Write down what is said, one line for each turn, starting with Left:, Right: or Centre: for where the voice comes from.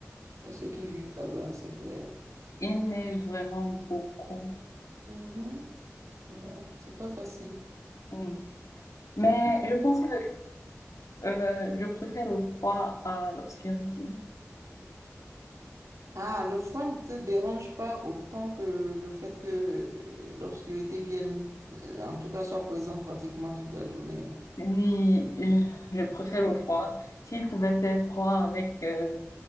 Right: à ceux qui vivent là-bas, c'est clair.
Left: Il neige vraiment beaucoup.
Right: Mhm. Ouais, c'est pas facile.
Left: Oui. Mais je pense que euh, je préfère le froid à l'obscurité.
Right: Ah, le froid ne te dérange pas autant que le fait que euh, l'obscurité vienne, euh, en tout cas, soit présente pratiquement toute la journée. hein.
Left: Oui, je, je préfère le froid. S'il pouvait faire froid avec, euh,